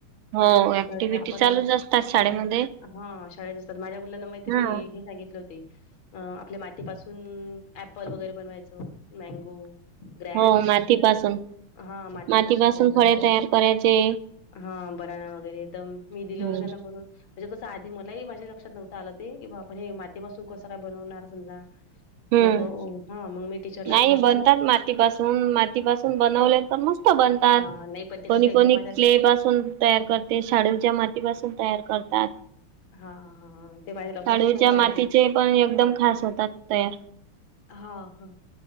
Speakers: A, on the right (about 75°); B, on the left (about 65°).
A: हो ऍक्टिव्हटी
B: तर ते आपण
A: चालूच असतात शाळेमध्ये..
B: हा शाळेत असतात माझ्या मुलांना माहिती
A: हा
B: की हे सांगितलं होती.... अ आपल्या मातीपासून ॲप्पल वगैरे बनवायचं मँगो........ ग्रॅप्स
A: हो मातीपासून
B: हा
A: मातीपासून
B: तयार
A: फळे
B: करायचं
A: तयार करायचे....
B: हा बनाना वगैरे तर मी
A: हम्म
B: दिलं होत त्यांना बनून... म्हणजे तसं आधी मलाही माझ्या लक्षात नव्हत आलं ते की बा आपण हे मातीपासून कसं काय बनवणार समजा....
A: हम्म
B: मग अ, हां, मग मी टीचरला
A: नाही
B: फोन
A: बनतात
B: लावला.
A: मातीपासून मातीपासून बनवले.... मस्त बनतात
B: हां, नाही पण ते
A: कोणी
B: कसं
A: कोणी
B: एकदम माझ्या
A: क्ले पासून.... तयार करते शाडूच्या मातीपासून तयार करतात....
B: हा हा ते माझ्या लक्षातच
A: शाडूच्या
B: नव्हतं
A: मातीचे
B: आलं म...
A: पण एकदम खास होतात तयार....
B: हा हा